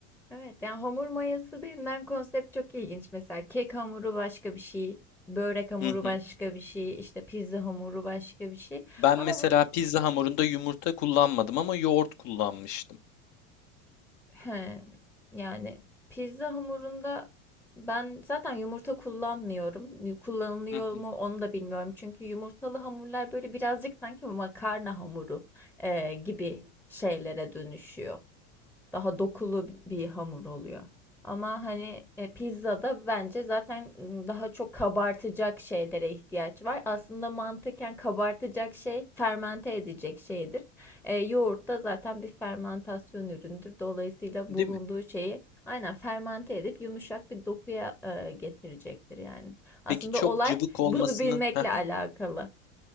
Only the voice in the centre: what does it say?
Evet yani hamur mayası denilen konsept çok ilginç. Mesela kek hamuru başka bir şey, börek hamuru
başka bir şey, işte pizza hamuru başka bir şey.
Ama
bu,
He, yani pizza hamurunda ben zaten yumurta kullanmıyorum. Yu- Kullanılıyor
mu onu da bilmiyorum. Çünkü yumurtalı hamurlar böyle birazcık sanki makarna hamuru e, gibi şeylere dönüşüyor daha dokulu bir hamur oluyor. Ama hani e, pizzada bence zaten m, daha çok kabartacak şeylere ihtiyaç var. Aslında mantıken kabartacak şey fermente edecek şeydir. E, yoğurt da zaten bir fermentasyon üründür. Dolayısıyla
bulunduğu
şeyi aynen fermente edip yumuşak bir dokuya e, getirecektir yani. Aslında
olay
<laughs>
bunu bilmekle
alakalı.